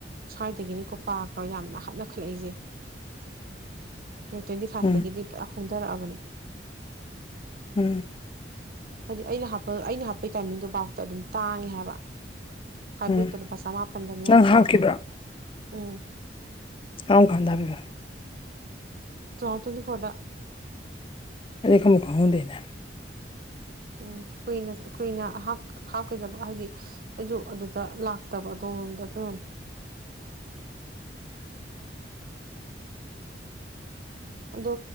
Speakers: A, on the right (about 50°); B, on the left (about 30°).
A: ꯁ꯭ꯋꯥꯏꯗꯒꯤꯅꯤꯀꯣ ꯄꯥꯒ ꯌꯥꯝꯅ ꯍꯥꯞꯅꯈꯠꯂꯛꯏꯁꯦ ꯇ꯭ꯋꯦꯟꯇꯤ ꯐꯥꯔꯁꯇꯒꯤꯗꯤ
B: ꯎꯝ
A: ꯄꯨꯔ ꯍꯣꯡꯊꯔꯛꯑꯕꯅꯤ
B: ꯎꯝ
A: ꯍꯥꯏꯗꯤ ꯑꯩꯅ ꯍꯥꯄ ꯑꯩꯅ ꯍꯥꯞꯄꯒꯤ ꯇꯥꯏꯃꯤꯡꯗꯨꯣ ꯐꯥꯎꯇ ꯑꯗꯨꯝ ꯇꯥꯡꯉꯦ ꯍꯥꯏꯕ ꯈꯕꯔꯤ
B: ꯎꯝ
A: ꯇꯂꯄꯥ ꯁꯃꯄꯟꯗꯅꯣ
B: ꯅꯪ ꯍꯥꯞꯈꯤꯕ꯭ꯔꯣ
A: ꯎꯝ
B: ꯀꯥꯎ ꯈꯥꯟꯗꯕꯤ ꯈ
A: ꯆꯣꯡꯇꯨꯗꯤ ꯐꯣꯇ
B: ꯑꯩꯗꯤ ꯈꯪꯕꯨ ꯈꯡꯗꯦꯅꯦ
A: ꯎꯝ ꯀꯨꯏꯅ ꯀꯨꯏꯅ ꯍꯥꯞꯀꯗꯕ ꯍꯥꯏꯗꯤ ꯑꯩꯁꯨ ꯑꯗꯨꯗ ꯂꯥꯛꯇꯕ ꯑꯗꯣꯝꯂꯣꯝꯗ ꯑꯗꯨꯃꯅꯤ <unintelligible> ꯑꯗꯣ